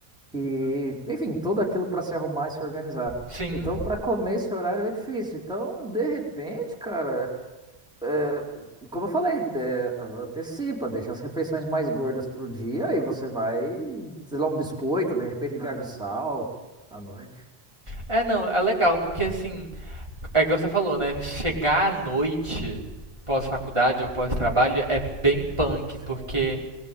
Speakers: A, in the centre; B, on the right (about 25°).
A: que, enfim, tudo aquilo para se arrumar e se organizar.
B: Sim,
A: Então, para comer esse horário é difícil. Então, de repente, cara é, como eu falei, é, antecipa, deixa as refeições mais gordas pro dia e você vai, sei lá, um biscoito, de repente, de água e Ah, sal à noite.
B: É, não, é legal, porque assim, é igual você falou, né? Chegar à noite pós-faculdade ou pós-trabalho é bem punk,
A: Sim,
B: porque,